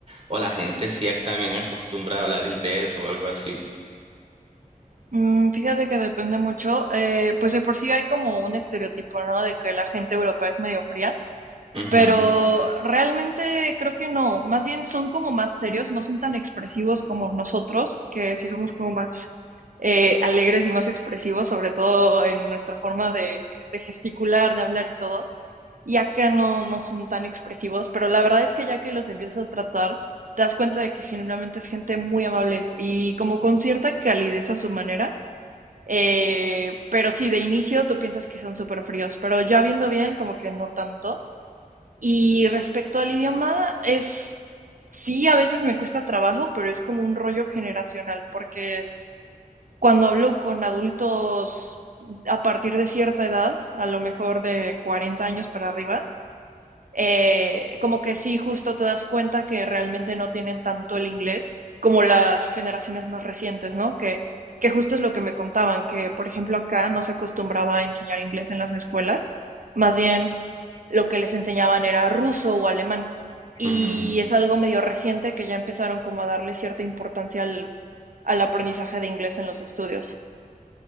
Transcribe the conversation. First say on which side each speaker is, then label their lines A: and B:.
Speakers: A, on the right (about 40°); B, on the right (about 65°).
A: o la gente sí ac- también acostumbra a hablar inglés o algo así.
B: Mm, fíjate que depende mucho, eh, pues de por sí hay como un estereotipo, ¿no? De que la gente europea es medio fría.
A: Ujú,
B: Pero realmente creo que no, más bien son como más serios, no son tan expresivos como nosotros, que sí somos como más eh, alegres y más expresivos, sobre todo en nuestra forma de, de gesticular, de hablar y todo. Y acá no, no son tan expresivos, pero la verdad es que ya que los empiezas a tratar, te das cuenta de que genuinamente es gente muy amable y como con cierta calidez a su manera. Eh, pero sí, de inicio tú piensas que son súper fríos, pero ya viendo bien, como que no tanto. Y respecto al idioma, es sí, a veces me cuesta trabajo, pero es como un rollo generacional, porque cuando hablo con adultos a partir de cierta edad, a lo mejor de 40 años para arriba, eh, como que sí, justo te das cuenta que realmente no tienen tanto el inglés como las generaciones más recientes, ¿no? Que, que justo es lo que me contaban, que por ejemplo acá no se acostumbraba a enseñar inglés en las escuelas, más bien lo que les enseñaban era ruso o alemán. Y
A: ujú.
B: es algo medio reciente que ya empezaron como a darle cierta importancia al, al aprendizaje de inglés en los estudios.